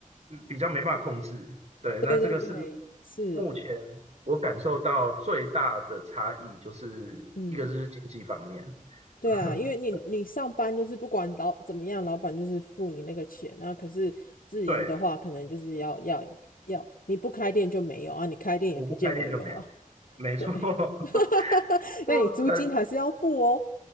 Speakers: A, on the right; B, on the left.
A: 嗯比较没办法控制。对，
B: 对对对，
A: 那这个是
B: 是，
A: 目前我感受到最大的差异，就是一个就是经济方面，
B: 嗯，对啊，
A: <laughs>
B: 因为你你上班就是不管老怎么样，老板就是付你那个钱，然后可是自营的话，
A: 对，
B: 可能就是要要要，你不开店就没有啊，你开店也不见得有啊，
A: 我不开店就没有，没错。
B: 对，
A: <laughs>
B: <laughs>
A: 就很
B: 那你租金还是要付哦，